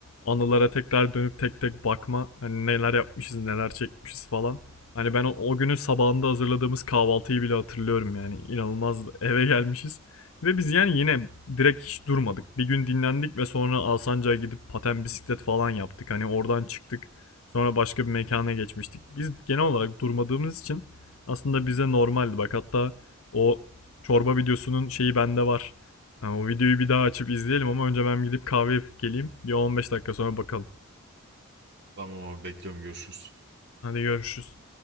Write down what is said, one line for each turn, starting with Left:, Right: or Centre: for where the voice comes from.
Left: anılara tekrar dönüp tek tek bakma hani neler yapmışız neler çekmişiz falan. Hani ben o, o günün sabahında hazırladığımız kahvaltıyı bile hatırlıyorum yani inanılmaz eve gelmişiz. Ve biz yani yine direkt hiç durmadık. Bir gün dinlendik ve sonra Alsancak'a gidip paten bisiklet falan yaptık. Hani oradan çıktık. Sonra başka bir mekana geçmiştik. Biz genel olarak durmadığımız için aslında bize normaldi. Bak hatta o çorba videosunun şeyi bende var. Yani o videoyu bir daha açıp izleyelim ama önce ben gidip kahve yapıp geleyim. Bir 15 dakika sonra bakalım.
Right: Tamam abi bekliyorum görüşürüz.
Left: Hadi görüşürüz.